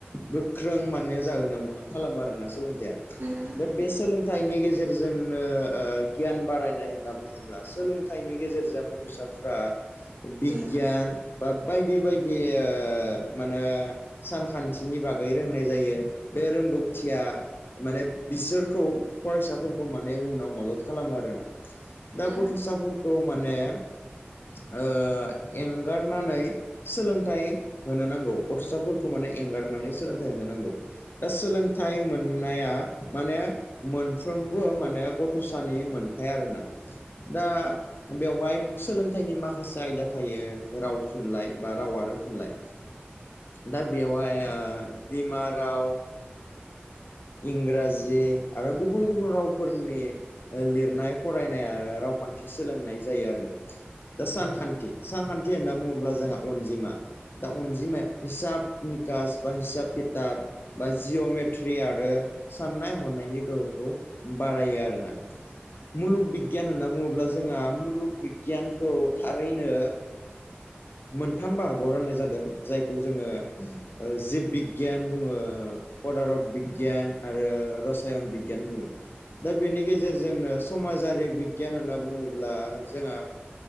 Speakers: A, on the left; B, on the right.
A: गोख्रों माने जाहोनायाव मदद खालामो आरोना सोलोंथाइया
B: उम
A: दा बे सोलोंथाइनि गेजेरजोंनो ओ गियान बारायनाय होनना बुङोब्ला सोलोंथाइनि गेजेरजों गथ'साफ्रा बिगियान
B: उम
A: बा बायदि बायदि ओ माने सानखान्थिनि बागै रोंनाय जायो बे रोंगौथिया माने बिसोरखौ फरायसाफोरखौ माने उनाव मदद खालामो आरोना। दा
B: औ
A: गथ'साफोरखौ माने ओ एंगारनानै सोलोंथाइ होनो नांगौ गथ'साफोरखौ माने एंगारनानै सोलोंथाइ होनो नांगौ। दा सोलोंथाइ मोननाया माने मोनफ्रोमबो माने गथ'सानि मोनथाय आरोना। दा बेवहाय सोलोंथाइनि माखासे आयदा थायो। राव थुनलाइ बा बा राव आरो थुनलाइ। दा बेवहाय बिमा राव इंराजि आरो गुबुन गुबुन रावफोरनि लिरनाय फरायनाय आरो रावखान्थि सोलोंनाय जायो आरोना। दा सानखान्थि सानखान्थि होनना बुङोब्ला जोंहा अनजिमा दा अनजिमाया हिसाब निकास बा हिसाब खिथाब बा जिअ'मेट्रि आरो साननाय हनायनि गोहोखौ बारायो आरोना। मुलुग बि बिगियान होनना बुङोब्ला जोंहा मुलुग बिगियानखौ थारैनो मोनथाम बाहागोआव राननाय जादों। जायखौ जोङो जिब बिगियान बुङो पदारत बिगियान आरो रसायन बिगियान बुङो। दा बेनि गेजेरजोंनो समाजारि बिगियान होनना बुङोब्ला जोंहा